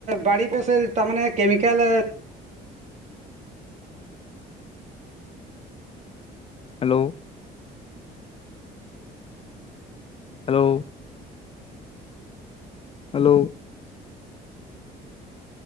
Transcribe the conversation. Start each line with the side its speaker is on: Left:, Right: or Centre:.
Right: ବାଡି ପ ସେ ତାମାନେ କେମିକାଲ
Left: ହ୍ୟାଲୋ ହ୍ୟାଲୋ ହ୍ୟାଲୋ